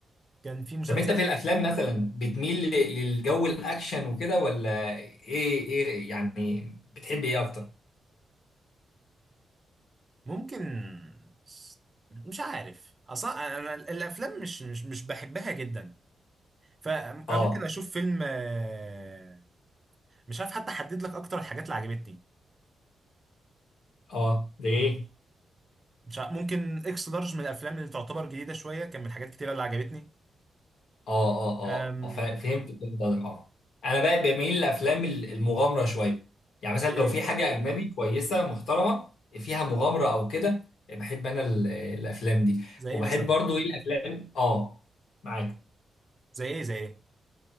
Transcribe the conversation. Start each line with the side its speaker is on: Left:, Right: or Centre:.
Right: كان في مسلسل
Left: طب انت في الافلام مثلا بتميل ل- للجو الاكشن وكده ولا ايه ايه يعني بتحب ايه اكتر
Right: ممكن س- مش عارف اصلا انا ال- الافلام مش مش مش بحبها جدا فممكن
Left: اه
Right: اشوف فيلم آه، مش عارف حتى احدد لك اكتر الحاجات اللي عجبتني
Left: اه ده ايه
Right: مش عارف ممكن اكس لارج من الافلام اللي تعتبر جديده شويه كان من الحاجات كتيره اللي عجبتني
Left: اه اه
Right: أم...
Left: اه ف- فهمت فهمت قصدك اه انا بقى بميل لافلام ال- المغامره شويه يعني مثلا
Right: زي
Left: لو
Right: ايه
Left: في حاجه اجنبي كويسه محترمه فيها مغامره او كده بحب انا ال- الافلام دي
Right: زي
Left: وبحب
Right: ايه مثلا
Left: برضو ايه الافلام اه معاك
Right: زي ايه زي ايه